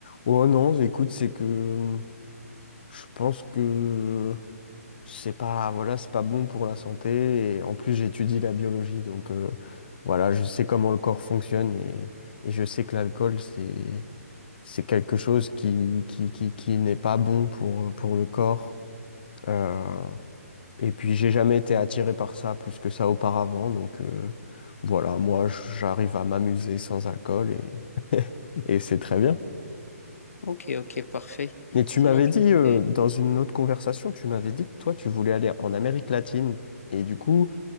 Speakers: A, on the left; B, on the left.
A: Oh non, écoute, c'est que euh, je pense que c'est pas, voilà, c'est pas bon pour la santé. Et en plus, j'étudie la biologie, donc euh, voilà, je sais comment le corps fonctionne et, et je sais que l'alcool, c'est, c'est quelque chose qui, qui, qui, qui n'est pas bon pour, pour le corps. Euh, et puis, j'ai jamais été attiré par ça plus que ça auparavant, donc euh, voilà, moi, j'arrive à m'amuser sans alcool et, et c'est très bien.
B: Ok, ok, parfait.
A: Et tu
B: Sinon,
A: m'avais
B: tu
A: dit,
B: voulais...
A: euh, dans une autre conversation, tu m'avais dit que toi, tu voulais aller en Amérique latine. Et du coup,